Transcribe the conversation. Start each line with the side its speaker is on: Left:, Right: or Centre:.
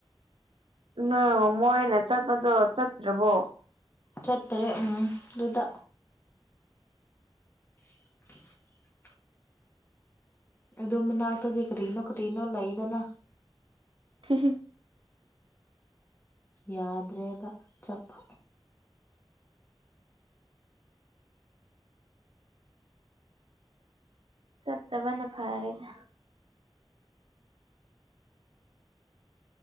Right: ꯎꯝ ꯃꯣꯏꯅ ꯆꯠꯄꯗꯣ ꯆꯠꯇ꯭ꯔꯕꯣ
Left: ꯆꯠꯇ꯭ꯔꯦ ꯎꯝ ꯑꯗꯨꯗ <unintelligible> ꯑꯗꫭ ꯃꯅꯥꯛꯇꯗꯤ ꯀꯔꯤꯅꯣ ꯀꯔꯤꯅꯣ ꯂꯩꯗꯅ
Right: ꯍ <unintelligible>
Left: ꯌꯥꯗ꯭ꯔꯦꯕ ꯆꯄ
Right: ꯆꯠꯇꯕꯅ ꯐꯔꯦꯗ